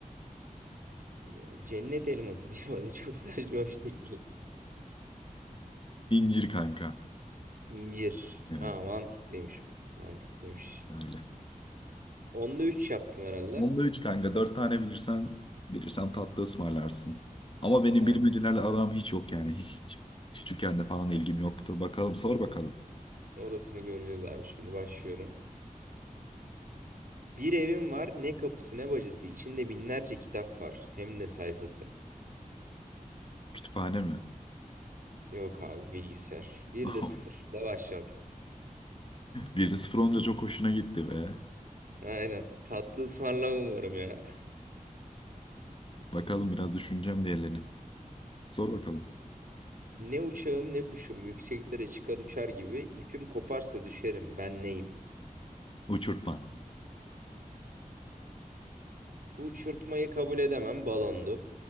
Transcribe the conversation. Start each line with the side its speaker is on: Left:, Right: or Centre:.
Right: Ya, Cennet elması <laughs> diyeyim hadi çok saçma bir şekilde.
Left: İncir kanka.
Right: İncir.
Left: Evet,
Right: Ha mantıklıymış bu. Mantıklıymış.
Left: öyle.
Right: Onda 3 yaptım herhalde.
Left: Onda 3 kanka. dört tane bilirsen, bilirsem tatlı ısmarlarsın. Ama benim
Right: Tamam.
Left: bilmecelerle aram hiç yok yani. Hiç küçükken de falan ilgim yoktu. Bakalım, sor bakalım.
Right: Orasını göreceğiz abi şimdi başlıyorum. Bir evim var ne kapısı ne bacası içinde binlerce kitap var hem de sayfası.
Left: Kütüphane mi?
Right: Yok abi bilgisayar. Bir
Left: <laughs>
Right: de sıfırla başladım.
Left: 1 sıfır olunca çok hoşuna gitti be.
Right: Aynen tatlı ısmarlamam umarım ya.
Left: Bakalım biraz düşüneceğim diğerlerini. Sor bakalım.
Right: Ne uçağım ne kuşum yükseklere çıkar uçar gibi ipim koparsa düşerim ben neyim?
Left: Uçurtma.
Right: Uçurtmayı kabul edemem balondu.